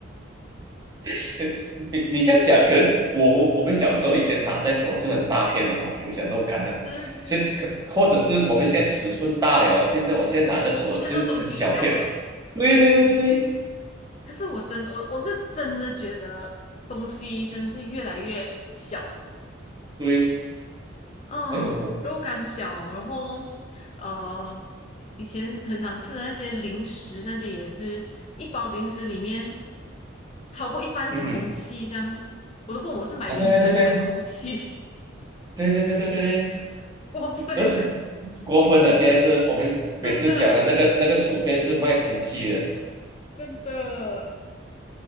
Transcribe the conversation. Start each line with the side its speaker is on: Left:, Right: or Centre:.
Right: <laughs> 你你这样讲，可能我我们小时候以前拿在手是很大片的嘛，比如讲豆干呐、
Left: 是不是？
Right: 现可或者是我们现在尺寸大了，现在我现在拿在手就是很小片。
Left: 看到东西小了，
Right: 对对对对对
Left: 可是我真我我是真的觉得东西真的是越来越小，
Right: 对，
Left: 嗯，
Right: 哎呦，
Left: 肉干小，然后呃，以前很常吃的那些零食，那些也是一包零食里面超过一半是空气，
Right: 嗯哼，
Left: 这样我都不懂我是买零食还是买空气，
Right: 啊对对对对对对对对对对，
Left: <laughs> 过分。
Right: 而且
Left: <laughs>
Right: 过分了，现在是我们每次讲的那个那个薯片是卖空气的，
Left: 真的。真的，